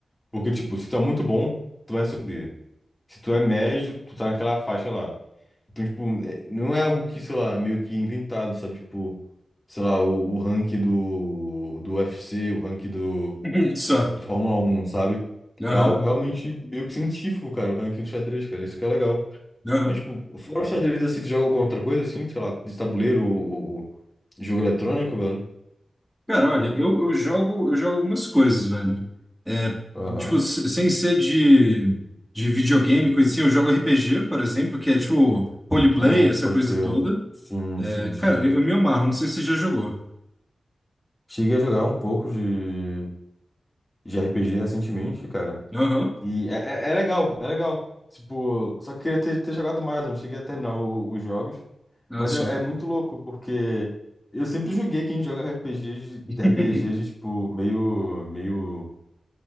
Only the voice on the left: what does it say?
Porque, tipo, se tu é muito bom, tu vai subir. Se tu é médio, tu tá naquela faixa lá. Então, tipo, é- não é algo que, sei lá, meio que inventado, sabe? Tipo, sei lá, o, o ranking do, do UFC, o ranking do
do Fórmula Um, sabe?
É algo realmente meio que científico, cara, o ranking do xadrez, cara. Isso que é legal.
Mas, tipo, fora o xadrez, assim, tu joga alguma outra coisa, assim? Sei lá, de tabuleiro ou, ou- jogo eletrônico, velho?
Aham.
Ah,
pode
crer.
Sim,
sim,
sim.
Cheguei a jogar um pouco de, de RPG recentemente, cara.
E é, é, é legal, é legal. Tipo, só queria ter, ter jogado mais, eu não cheguei a terminar o- os jogos.
Mas
é, é muito louco, porque eu sempre julguei quem joga RPG de,
RPG de, tipo, meio, meio.